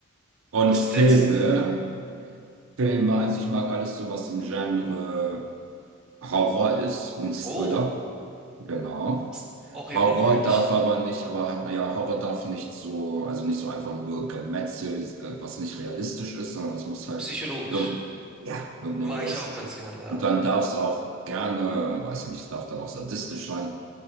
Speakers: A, on the right; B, in the centre.
A: und
B: das
A: Filme,
B: letzte,
A: Filme, also ich mag alles so, was im Genre Horror ist und Thriller.
B: oh,
A: Genau.
B: ist auch eher
A: Horror
B: ungewöhnlich.
A: darf aber nicht, aber ja, Horror darf nicht so, also nicht so einfach nur Gemetzel, äh, was nicht realistisch ist, sondern es muss halt
B: Psychologisch.
A: irgendein, ja, irgendeine
B: Mache
A: realistische.
B: ich auch ganz gerne, ja.
A: Und dann darf es auch gerne, weiß nicht, es darf dann auch sadistisch sein,